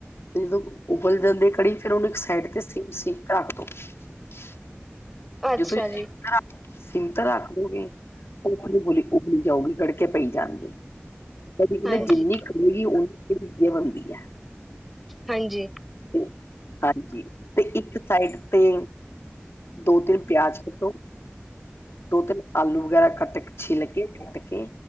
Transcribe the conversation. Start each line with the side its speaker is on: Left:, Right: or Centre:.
Left: ਜਦੋਂ ਉਬਲ ਜਾਂਦੀ ਕੜੀ ਫੇਰ ਉਹਨ ਸਾਈਡ ਸੀ ਰੱਖ ਦੋ <unintelligible>
Centre: ਅੱਛਾ
Left: ਜੇ ਤੁਸੀਂ
Centre: ਜੀ
Left: ਸਟੀਮ ਤੇ ਰੱਖ ਦੋਗੇ ਉਹ ਉਬਲੀ ਉਬਲੀ ਜਾਊਗੀ ਗੜਕ ਕੇ ਪਈ ਜਾਣਗੇ <inaudible> ਕਦੀ ਕਹਲੇ
Centre: ਹਾਂਜੀ
Left: ਜਿੰਨੀ ਖੇਗੀ ਉਨੀ ਵਧੀਆ ਬਣਦੀ ਐ।
Centre: ਹਾਂਜੀ।
Left: ਤੇ ਹਾਂਜੀ ਤੇ ਇੱਕ ਸਾਈਡ ਤੇ ਦੋ- ਤਿੰਨ ਪਿਆਜ਼ ਕੱਟੋ ਦੋ ਤਿੰਨ ਆਲੂ ਵਗੈਰਾ ਕੱਟ ਕੇ ਛਿੱਲ ਕੇ ਕੱਟ ਕੇ